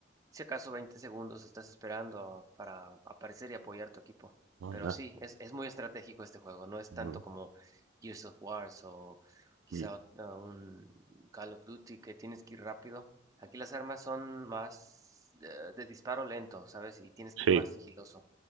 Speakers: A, on the right; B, on the right.
A: si acaso 20 segundos estás esperando para aparecer y apoyar tu equipo.
B: Anda.
A: Pero sí, es, es muy estratégico este juego. No es tanto
B: Mm,
A: como Gears of Wars o quizá
B: mm,
A: ot- ah, un Call of Duty que tienes que ir rápido. Aquí las armas son más eh, de disparo lento, ¿sabes? Y tienes que ir
B: Sí.
A: más sigiloso